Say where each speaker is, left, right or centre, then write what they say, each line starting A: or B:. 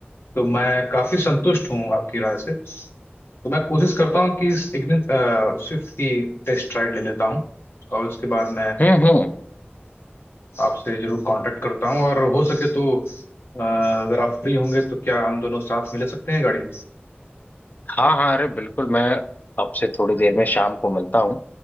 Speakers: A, on the left (about 75°); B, on the left (about 45°).
A: तो मैं काफी संतुष्ट हूँ आपकी राय से तो मैं कोशिश करता हूँ कि इस इग्निस स्विफ्ट की टेस्ट राइड ले लेता हूँ और उसके बाद मैं
B: हम्म हम्म
A: आपसे जरूर कांटेक्ट करता हूँ और हो सके तो अ, अगर आप फ्री होंगे तो क्या हम दोनों साथ में ले सकते हैं गाड़ी
B: हाँ हाँ अरे बिल्कुल मैं आपसे थोड़ी देर में शाम को मिलता हूँ